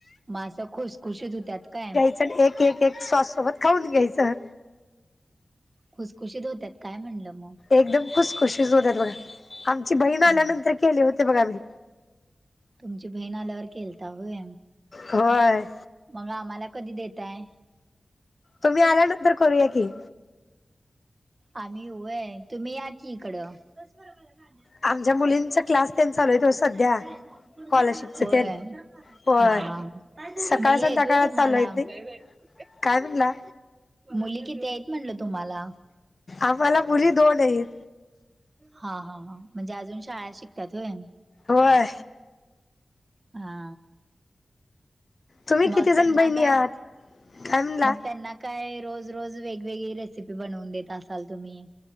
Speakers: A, on the right (about 45°); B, on the left (about 55°).
A: मासं खुशखुशीत होत्यात काय
B: च एक एक एक सॉस सोबत खाऊन घ्यायचं
A: खुसखुशीत होत्यात काय म्हणलं मग
B: एकदम खुस खुशीच होत्यात बघा आमची बहीण
A: हो
B: आल्यानंतर केले होते बघा मी
A: तुमची बहीण आल्यावर केलता होय
B: होय
A: मग आम्हाला कधी देताय
B: तुम्ही आल्यानंतर करूया की
A: आम्ही येऊ होय तुम्ही या की इकडं <unintelligible>
B: आमच्या मुलींचा क्लास तेन चालू आहे ओ सध्या स्कॉलरशिपच
A: होय
B: तेन
A: हा
B: होय
A: हा
B: सकाळ
A: मुली
B: संध्याकाळ
A: हायत होय तुम्हाला
B: चालू आहेत
A: <unintelligible>
B: नाही काय म्हनला
A: मुली किती आहेत म्हणलं तुम्हाला?
B: आम्हाला मुली दोन आहेत.
A: हा हा ह म्हणजे अजून शाळा शिकतात होय?
B: होय
A: हा
B: तुम्ही किती
A: मग
B: जण
A: त्यांना
B: बहिणी
A: काय
B: आहात काय म्हणला
A: मग त्यांना काय रोज रोज वेगवेगळी रेसिपी बनवून देत असाल तुम्ही.